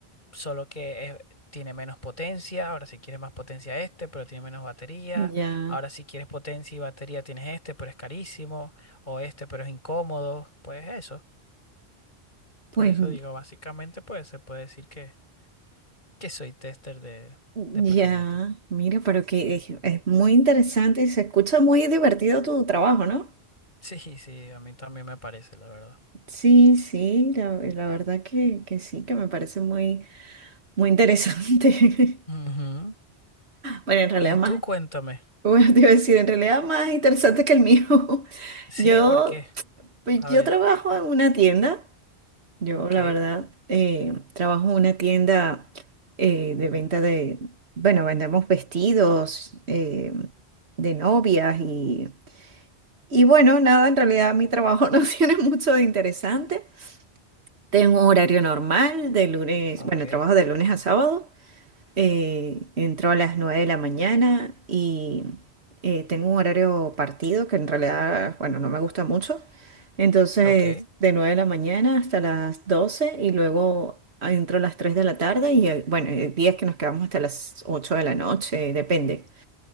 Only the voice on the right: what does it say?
ya.
Pues
ya.
Mira, pero que es, es muy interesante y se escucha muy divertido tu trabajo, ¿no?
Sí, sí, la, la verdad que, que sí, que me parece muy, muy interesante. <laughs>
Bueno, en realidad
más.
Bueno, <laughs> te iba a decir, en realidad más interesante que el mío. <laughs>
Yo,
pues
yo
trabajo en una tienda. Yo,
la verdad, eh, trabajo en una tienda eh, de venta de, bueno, vendemos vestidos eh, de novias y, y bueno, nada, en realidad mi trabajo <laughs> no tiene mucho de interesante. Tengo un horario normal de lunes,
bueno, trabajo de lunes a sábado. Eh, entro a las 9 de la mañana y eh, tengo un horario partido que en realidad, bueno, no me gusta mucho. Entonces,
de 9 de la mañana hasta las 12 y luego entro a las 3 de la tarde y eh, bueno, hay días que nos quedamos hasta las 8 de la noche, depende.